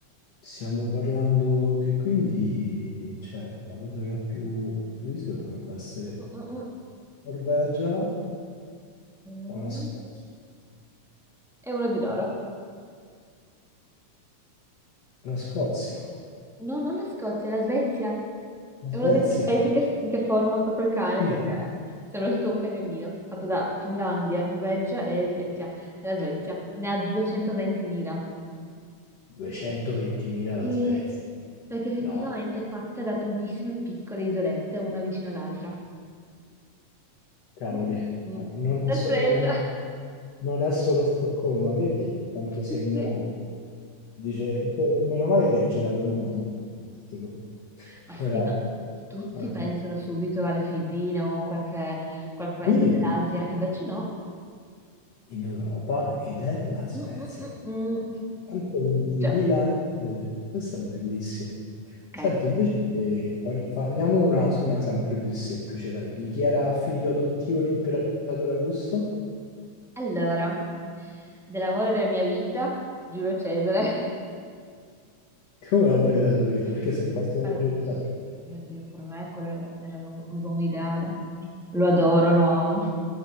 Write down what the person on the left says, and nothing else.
stiamo parlando che quindi, cioè, la cosa che ha più, più isole dovrebbe essere
Norvegia o
la Scozia?
La Scozia,
La
Svezia.
Sì.
220.000
la Svezia.
No,
cavoli,
non è,
so- non è-
non è solo Stoccolma, vedi quanto sia
ignorante.
Dice, meno male che hai girato il mondo, fantastico.
Però,
eh.
Dimmi,
in Europa ed è la Svezia.
120.000
isole. Questo è bellissimo.
Senti, invece eh, parli- fa- andiamo una, su una sempre più semplice, dai. Di chi era figlio adottivo l'imperatore Augusto?
<laughs> Come l'amore della tua vita? Perché
se passa una
giornata,